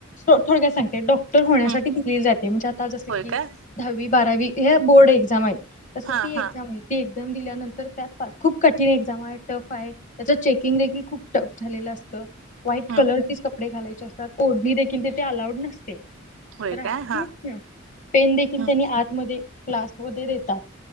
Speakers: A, on the left (about 40°); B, on the right (about 70°).
A: हो थोडक्यात सांगते, डॉक्टर होण्यासाठी
B: हम्म
A: दिली जाते, म्हणजे आता जसं
B: होय
A: की
B: काय
A: धाव्वी, बारावी ह्या बोर्ड एक्झाम आहेत, तसं
B: हा
A: ती
B: हा
A: एक्झाम आहे. ती एक्झाम दिल्यानंतर त्यात फा खूप कठीण एक्झामाय, टफय त्याच चेकिंग देखील खूप टफ झालेलं असतं व्हाईट
B: हम्म
A: कलरचेच कपडे घालायचे असतात. ओढणी देखील तिथे अलाउड नसते.
B: होय
A: तर असं
B: काय
A: की,
B: हा
A: हं, पेन देखील
B: हम्म
A: त्यांनी आतमध्ये क्लास मध्ये देतात.